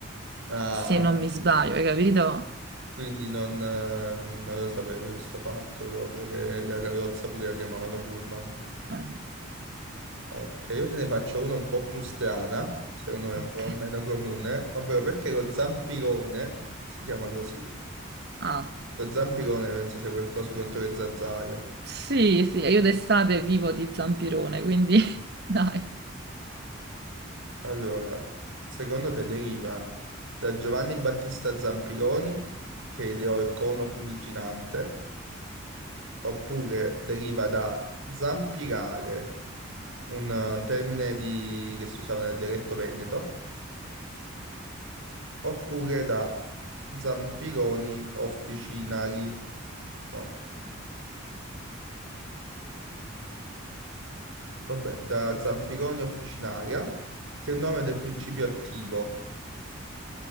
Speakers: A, on the right; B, on the right.
A: Ah,
B: se non mi sbaglio, hai capito?
A: quindi non, eh, non lo sapevo io sto fatto proprio, che la carrozza pure la chiamavano Pullman.
B: Eh,
A: Ok, io te ne faccio una un po' più strana, secondo me un
B: ok.
A: po' meno comune, ovvero perché lo zampirone si chiama così.
B: Ah,
A: Lo zampirone penso sia quel coso contro le zanzare.
B: sì, sì, io d'estate vivo di zampirone, quindi <laughs> dai.
A: Allora, secondo te deriva da Giovanni Battista Zampironi, che ideò il cono fumiginante, oppure deriva da zampirare, un termine di- che si usava nel dialetto veneto, oppure da zampironi officinari, no, vabbè, da zampironi officinaria, che è il nome del principio attivo.